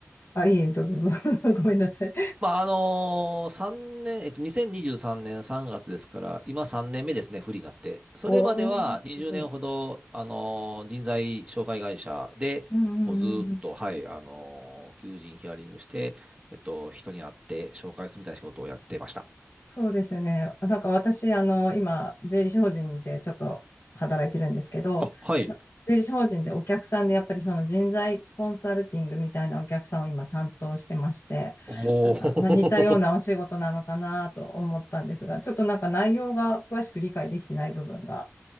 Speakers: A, on the left (about 55°); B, on the right (about 20°).
A: あ、いえ、どうぞ、どうぞ <laughs> ごめんなさい。
B: まあ、あの3年、えっと、2023年3月ですから、今3年目ですね、不利になって。それまでは20年ほど、
A: おー、すごい。
B: あの人材紹介会社で、
A: うんうんうん
B: もうずーっと、はい、あの求人ヒアリングして、えっと、人に会って紹介するみたいな仕事をやってました。
A: そうですよね。なんか私、あの、今、税理士法人でちょっと働いてるんですけど、
B: あ、はい。
A: 税理士法人でお客さんでやっぱりその人材コンサルティングみたいなお客さんを今担当してまして、
B: おお。
A: なんか、まあ、似たようなお仕事なのかなと思ったんですが、ちょっとなんか内容が詳しく理解できてない部分が